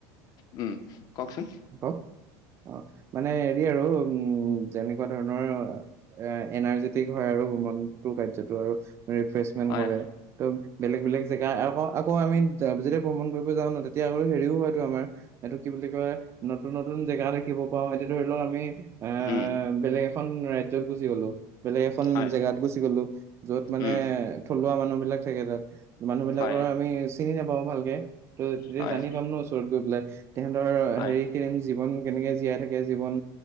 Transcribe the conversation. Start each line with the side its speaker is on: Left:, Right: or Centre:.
Left: উম কওকচোন।
Right: ক অহ। মানে। আৰু উম যেনেকুৱা ধৰণৰ। এ এনাৰ্জেটিক হয় আৰু গোমনটো কাৰ্যতটো আৰু। ৰিফ্ৰেছমেন্ট
Left: হয়,
Right: কৰে ত'। বেলেগ বেলেগ জেগা আকৌ আকৌ আমি যেতিয়া ভ্ৰমণ কৰিব যাওঁ ন তেতিয়া আকৌ হেৰিও হয়তটো আমাৰ এইটো কি বুলি কয়! নতুন নতুন জেগা দেখিব পাওঁ এতিয়া ধৰি লওক আমি। অ
Left: উম,
Right: বেলেগ। এখন ৰাজয়ত গুচি গ'লো। বেলেগ এখন
Left: হয়,
Right: জেগাত গুচি গ'লো যত মানে
Left: উম,
Right: থলুৱা মানে। বেলেগ থাকে তাত। মানুহ বিলাকৰ
Left: হয়,
Right: আমি। চিনি নাপা ভালকে। ত তেতিয়া
Left: হয়,
Right: জানি পামন ওচৰতে। <unintelligible> তেহাঁতৰ
Left: হয়,
Right: হেৰি। জীৱন কেনেকে জীয়াই থাকে জীৱন।